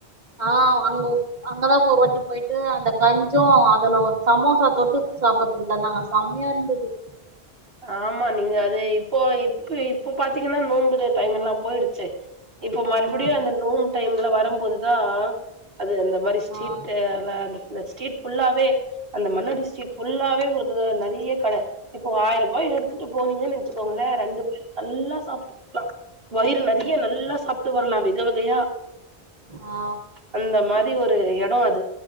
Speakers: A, on the right (about 45°); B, on the right (about 65°).
A: ஆ அங்க அங்கதா ஒரு வாட்டி போயிட்டு அந்த கஞ்சு அதுல சமோசா தொட்டு சாப்ப ட்டன்னா செமையா இருந்தது
B: ஆமா நீங்க அது இப்போ இப்ப இப்போ பாத்தீங்கன்னா நோம்புற டைம் எல்லா போய்டுச்சு இப்போ மறுபடியு
A: ஆ
B: அந்த நோம் டைம்ல வரும்போதுதா அது அந்த மாரி ஸ்ட்ரிட்டு
A: ஆ
B: <unintelligible> இந்த ஸ்ட்ரீட் ஃபுல்லாவே அந்த மன்னாடி ஸ்ட்ரீட் ஃபுல்லாவே உங்களுக்கு நெறைய கட இப்போ ஆயிர ருவா எடுத்துட்டு போனீங்கன்னா வெச்சுக்கோங்களே ரெண்டு பேரும் நல்லா சாப்ட்டு வரலா வயிறு நெறையா நல்லா சாப்ட்டு வரலா வெகவகையா
A: ஆ
B: அந்த மா ரி ஒரு இடோ அது